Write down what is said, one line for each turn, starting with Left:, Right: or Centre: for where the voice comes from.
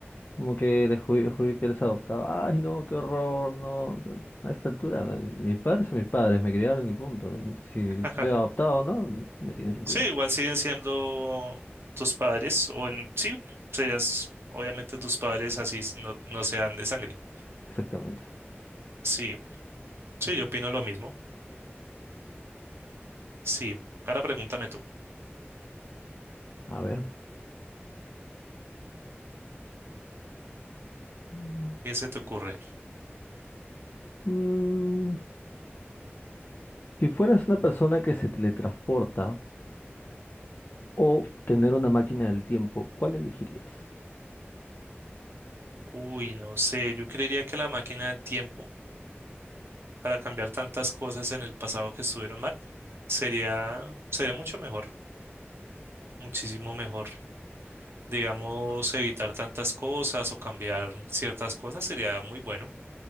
Left: Como que descubrí que eres adoptado. Ay, no, qué horror, no. no". A esta altura, mis padres son mis padres, me criaron y punto. Si
Right: <laughs>
Left: soy adoptado o no, me tienen sin cuidado.
Right: sí, igual siguen siendo tus padres, o en, sí, serías obviamente tus padres así s- no, no sean de sangre.
Left: Exactamente.
Right: Sí, sí, yo opino lo mismo. Sí, ahora pregúntame tú,
Left: A ver. Mm.
Right: ¿qué se te ocurre?
Left: Mm, si fueras una persona que se teletransporta o tener una máquina del tiempo, ¿cuál elegirías?
Right: Uy, no sé, yo creería que la máquina del tiempo. para cambiar tantas cosas en el pasado que estuvieron mal, sería, sería mucho mejor, muchísimo mejor. Digamos, evitar tantas cosas o cambiar ciertas cosas sería muy bueno.